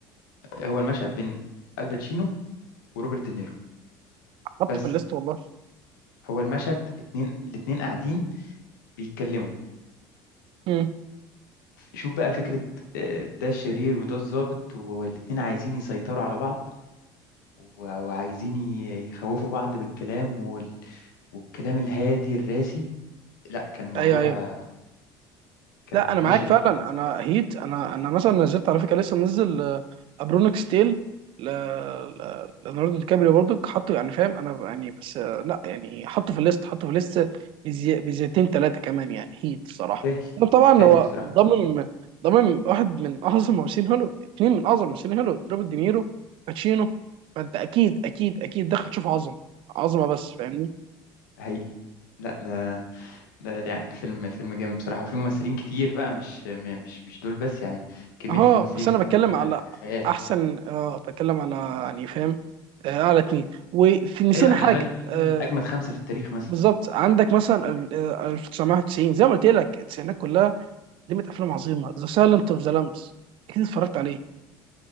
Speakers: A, on the left; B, on the right.
A: هو المشهد بين الباتشينو وروبرت دينيرو
B: حاطه
A: بس
B: في الليست والله
A: هو المشهد اتنين الاتنين قاعدين بيتكلموا
B: امم
A: شوف بقى فكرة آه، ده الشرير وده الضابط والاتنين عايزين يسيطروا على بعض و- وعايزين ي- يخوفوا بعض بالكلام وال... والكلام الهادي الراسي لا كان موضوع
B: ايوه ايوه
A: آه، كان
B: لا انا معاك
A: مشهد
B: فعلا
A: جامد
B: انا هيت انا انا مثلا نزلت على فكره لسه منزل آه، ابرونيك ستيل ل- ل- ليوناردو دي كابريو برضك حطه يعني فاهم انا يعني بس آه، لا يعني حطه في الليست حطه في الليست بزي- بزيتين ثلاثه كمان يعني هيت الصراحه
A: يستاهل
B: طبعا
A: يستاهل
B: هو
A: بصراحة
B: ضمن ضمن واحد من اعظم ممثلين هوليوود اثنين من اعظم ممثلين هوليوود روبرت دينيرو باتشينو فانت اكيد اكيد اكيد دخل تشوف عظمه عظمه بس فاهمني
A: ده حقيقي لا ده ده ده يعني الفيلم الفيلم جامد بصراحة وفيه ممثلين كتير بقى مش م- مش مش دول بس يعني كمية
B: اه
A: الممثلين
B: بس
A: في
B: انا
A: الفيلم
B: بتكلم على
A: حاجة خيال
B: احسن اه بتكلم على يعني فاهم آه على اتنين وفي نسينا
A: أيوة أنا
B: حاجه
A: بالنسبة لي الاتنين
B: آه
A: دول من أجمد خمسة في التاريخ مثلا
B: بالظبط عندك مثلا ال- آه، 1990 زي ما قلت لك التسعينات كلها قدمت افلام عظيمه ذا سايلنت اوف ذا لامبس اكيد اتفرجت عليه